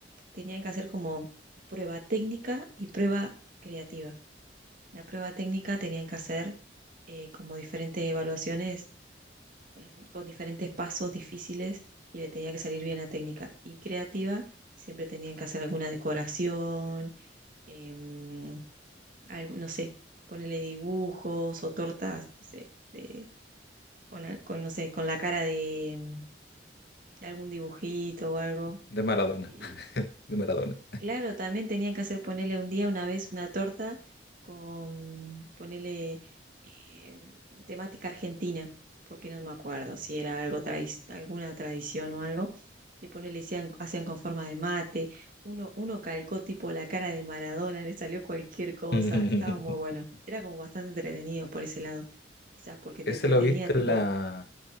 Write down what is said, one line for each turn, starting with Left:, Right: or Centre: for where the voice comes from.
Right: tenían que hacer como prueba técnica y prueba creativa. La prueba técnica tenían que hacer eh, como diferentes evaluaciones mm, con diferentes pasos difíciles y le tenía que salir bien la técnica. Y creativa, siempre tenían que hacer alguna decoración, em, algo, no sé, ponerle dibujos o tortas, no sé, de- con, a- con, no sé, con la cara de, mm, algún dibujito o algo.
Left: De Maradona.
Right: Y,
Left: <laughs> De Maradona.
Right: Claro, también tenían que hacer ponerle un día, una vez, una torta con ponerle eh, temática argentina, porque no me acuerdo si era algo tradi- alguna tradición o algo, y ponerle hacían, hacían con forma de mate, uno, uno calcó tipo la cara de Maradona, le salió cualquier cosa,
Left: <laughs>
Right: estaba muy bueno, era como bastante entretenido por ese lado, quizás porque te
Left: Ese
Right: entretenía
Left: lo viste
Right: tipo,
Left: en la,